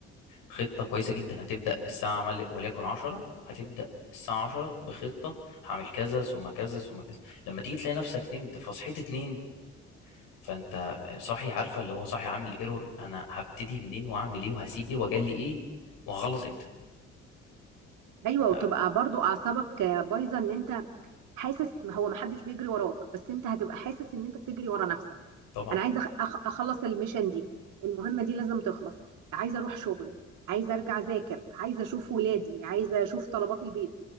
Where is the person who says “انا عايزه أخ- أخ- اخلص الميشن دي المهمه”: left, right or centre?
Right